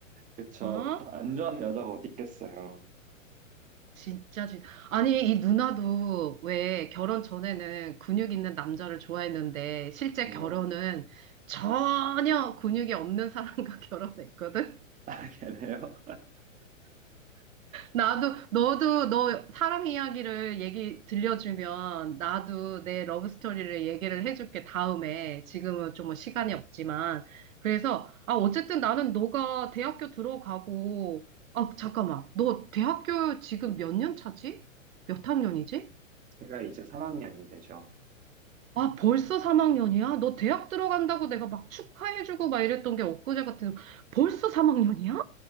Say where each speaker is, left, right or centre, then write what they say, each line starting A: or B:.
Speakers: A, on the right; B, on the right.
A: 그쵸.
B: 어?
A: 안 좋아하는 여자가 어디 있겠어요.
B: 진짜, 진 아니, 이 누나도 왜 결혼 전에는 근육 있는 남자를 좋아했는데, 실제
A: 네.
B: 결혼은 전혀 근육이 없는 사람과 <laughs> 결혼했거든?
A: <laughs> 그래요?
B: 나도, 너도, 너 사랑 이야기를 얘기 들려주면 나도 내 러브 스토리를 얘기를 해줄게, 다음에. 지금은 좀 뭐 시간이 없지만. 그래서, 아, 어쨌든 나는 너가 대학교 들어가고, 아, 잠깐만. 너 대학교 지금 몇 년 차지? 몇 학년이지?
A: 제가 이제 3학년이 되죠.
B: 아, 벌써 3학년이야? 너 대학 들어간다고 내가 막 축하해주고 막 이랬던 게 엊그제 같은, 벌써 3학년이야?